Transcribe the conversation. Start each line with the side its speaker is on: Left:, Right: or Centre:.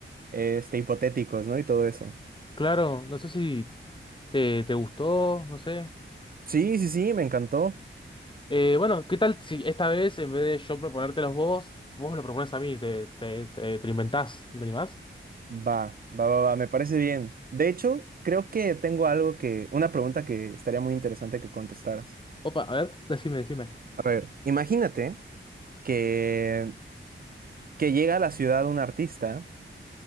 Right: este, hipotéticos, ¿no? Y todo eso.
Left: Claro, no sé si te, te gustó, no sé.
Right: Sí, sí, sí, me encantó.
Left: Eh, bueno, ¿qué tal si esta vez, en vez de yo proponértelos vos, vos me lo propones a mí? Te, te, te, te lo inventás, ¿no te animás?
Right: Va, va, va, va, me parece bien. De hecho, creo que tengo algo que, una pregunta que estaría muy interesante que contestaras.
Left: Opa, a ver, decime, decime.
Right: A ver, imagínate que, que llega a la ciudad un artista.